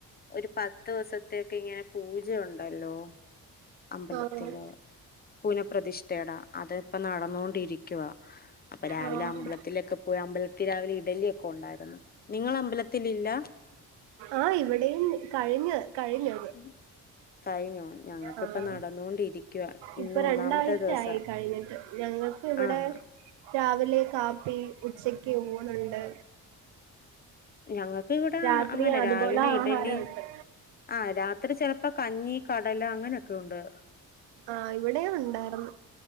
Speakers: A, on the left; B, on the right.
A: ഒരു പത്ത് ദിവസ ത്തേക്കെ ഇങ്ങനെ പൂജ ഉണ്ടല്ലോ അമ്പലത്തില്
B: ആഹ്
A: പുനപ്രതിഷ്ഠട അത് ഇപ്പ നടന്നോണ്ടിരിക്കുവ അപ്പൊ രാവിലെ
B: ആഹ്
A: അമ്പലത്തിലൊക്കെ പോയി അമ്പലത്തിൽ രാവിലെ ഇഡലിയൊക്കെ ഉണ്ടായിരുന്നു നിങ്ങള അമ്പലത്തിലില്ല
B: ആഹ് ഇവിടെയും കഴിഞ്ഞ് കഴിഞ്ഞ്
A: ഉം കഴിഞ്ഞോ ഞങ്ങക്കിപ്പ
B: ആഹ്
A: നടന്നോണ്ടിരിക്കുവ ഇന്ന്
B: ഇപ്പൊ
A: ഒന്നാമത്തെ
B: രണ്ടാഴ്ചയായി
A: ദിവസാ
B: കഴിഞ്ഞിട്ട് ഞങ്ങ ക്ക് ഇവിടെ
A: ആഹ്
B: രാവിലെ കാപ്പി ഉച്ചക്ക് ഊണുണ്ട്
A: ഞങ്ങക്ക് ഇവിടെ
B: രാത്രി
A: അങ്ങന
B: അതുപോലെ
A: രാവിലെ
B: ആഹാരമുണ്ട്
A: ഇഡലി ആഹ് രാത്രി ചിലപ്പോ കഞ്ഞി കടല അങ്ങനൊക്കെ ഉണ്ട്
B: ആഹ് ഇവിടേം ഉണ്ടായിരുന്നു